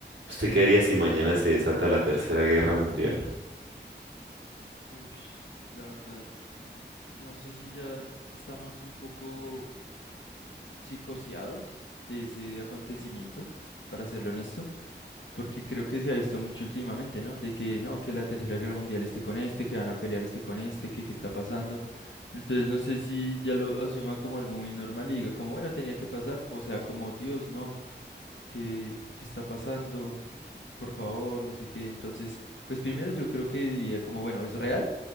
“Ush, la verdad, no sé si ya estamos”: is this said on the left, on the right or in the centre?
Left